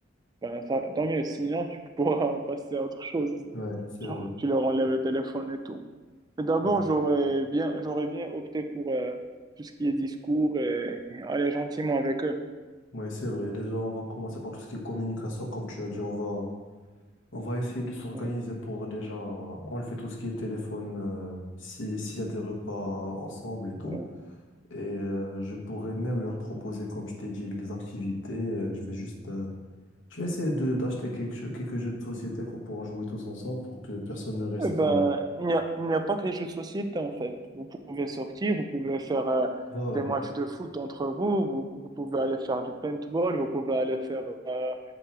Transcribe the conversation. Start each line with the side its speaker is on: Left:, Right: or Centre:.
Right: ben ça, tant mieux. Sinon, tu pourras passer à autre chose.
Left: Ouais, c'est vrai.
Right: Genre, tu leur enlèves le téléphone et tout. D'abord,
Left: Mais-
Right: j'aurais
Left: euh,
Right: bien, j'aurais bien opté pour euh, tout ce qui est discours et aller gentiment avec eux.
Left: Ouais, c'est vrai. Déjà, on va commencer par tout ce qui est communication. Comme tu as dit, on va, on va essayer de s'organiser
Right: Ouais,
Left: pour déjà enlever tout ce qui est téléphone, euh, si, s'il y a des repas ensemble et tout.
Right: ouais.
Left: Et euh, je pourrais même leur proposer, comme je t'ai dit, les activités. Euh, je vais juste, euh, je vais essayer de d'acheter quelques, jeux- quelques jeux de société qu'on pourra jouer tous ensemble pour que personne ne reste.
Right: Eh ben,
Left: euh,
Right: il n'y a, il n'y a pas que les jeux de société, en fait. Vous pouvez sortir, vous pouvez faire euh,
Left: Voilà.
Right: des matchs de foot entre vous, vous, vous pouvez aller faire du paintball, vous pouvez aller faire euh,